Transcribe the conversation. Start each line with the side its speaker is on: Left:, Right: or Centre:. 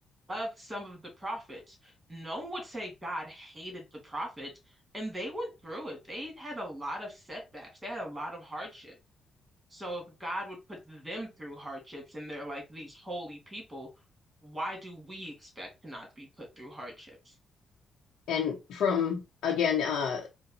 Right: of some of the prophets, no one would say God hated the prophets, and they went through it. They had a lot of setbacks, they had a lot of hardships. So if God would put them through hardships and they're like these holy people, why do we expect to not be put through hardships?
Left: and from again uh